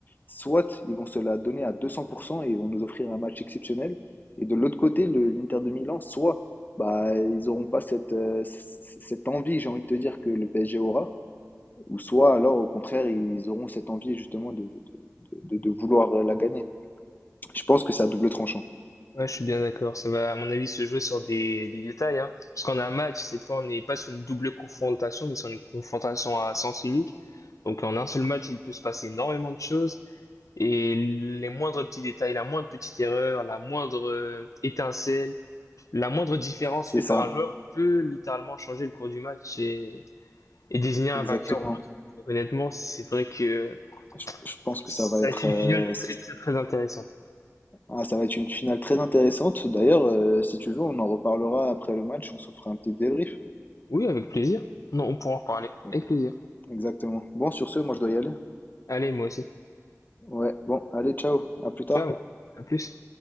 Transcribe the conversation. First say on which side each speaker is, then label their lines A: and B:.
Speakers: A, on the left (about 35°); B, on the left (about 75°).
A: soit ils vont se la donner à 200% et vont nous offrir un match exceptionnel. Et de l'autre côté, le- l'Inter de Milan, soit bah, ils n'auront pas cette, euh, c- c- cette envie, j'ai envie de te dire, que le PSG aura, ou soit alors, au contraire, ils auront cette envie justement de, de, de, de vouloir la gagner. Je pense que c'est à double tranchant.
B: Ouais, je suis bien d'accord. Ça va, à mon avis, se jouer sur des, des détails, hein. Parce qu'on a un match, cette fois, on n'est pas sur une double confrontation, mais sur une confrontation à sens unique. Donc, en un seul match, il peut se passer énormément de choses. Et les moindres petits détails, la moindre petite erreur, la moindre euh, étincelle, la moindre différence
A: C'est
B: faite
A: ça,
B: par un joueur peut littéralement changer le cours du match et, et désigner un
A: exactement.
B: vainqueur ou l'autre. Donc, honnêtement, c'est vrai que
A: Je, je pense que
B: ça
A: ça va être,
B: a été
A: euh,
B: une finale
A: ça,
B: très, très, très intéressante.
A: ah, ça va être une finale très intéressante. D'ailleurs, euh, si tu veux, on en reparlera après le match, on se fera un petit débrief.
B: Oui, avec plaisir. Non, on pourra en reparler.
A: Ouais,
B: Avec plaisir.
A: Exactement. Bon, sur ce, moi je dois y aller.
B: Allez, moi aussi.
A: Ouais, bon, allez, ciao, à plus tard.
B: Ciao, à plus.